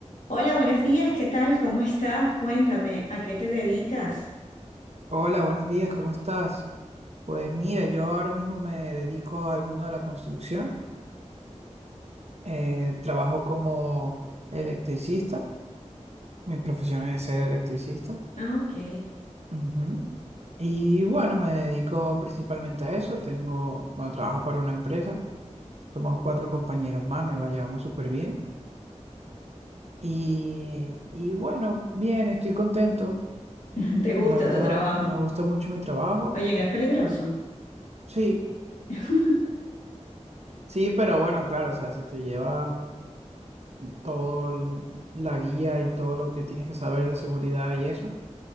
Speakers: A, on the left (about 90°); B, on the right (about 60°).
A: Hola, buenos días, ¿qué tal? ¿Cómo estás? Cuéntame, ¿a qué te dedicas?
B: Hola, buenos días, ¿cómo estás? Pues mira, yo ahora mismo me dedico al mundo de la construcción. Eh, trabajo como electricista. Mi profesión es ser electricista.
A: Ah, ok.
B: Ujú. Y bueno, me dedico principalmente a eso. Tengo, bueno, trabajo para una empresa. Somos cuatro compañeros más, nos la llevamos súper bien. Y, y bueno, bien, estoy contento.
A: <laughs> ¿Te gusta
B: La verdad,
A: tu trabajo?
B: me gusta mucho mi trabajo.
A: Oye, ¿no es peligroso?
B: Sí,
A: <laughs>
B: sí, pero bueno, claro, o sea, si te llevas toda la guía y todo lo que tienes que saber de seguridad y eso,